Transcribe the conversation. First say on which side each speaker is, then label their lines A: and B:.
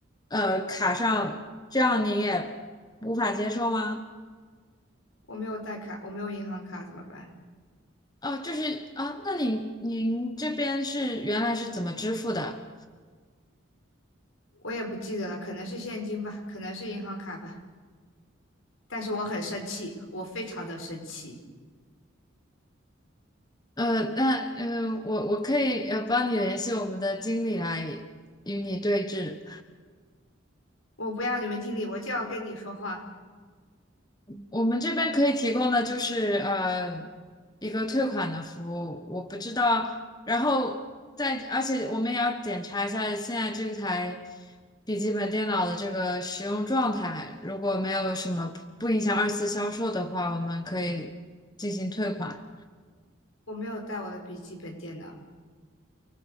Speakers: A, on the left; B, on the left.
A: 呃卡上，这样您也无法接受吗？
B: 我没有带卡，我没有银行卡，怎么办？
A: 啊、就是啊、那您您这边是原来是怎么支付的？
B: 我也不记得了，可能是现金吧，可能是银行卡吧。但是我很生气，我非常的生气。
A: 呃，那呃，我我可以呃帮你联系我们的经理来与你对峙。
B: 我不要你们经理，我就要跟你说话。
A: 我们这边可以提供的就是呃一个退款的服务，我不知道。然后在，而且我们也要检查一下现在这台笔记本电脑的这个使用状态，如果没有什么不影响二次销售的话，我们可以进行退款。
B: 我没有带我的笔记本电脑。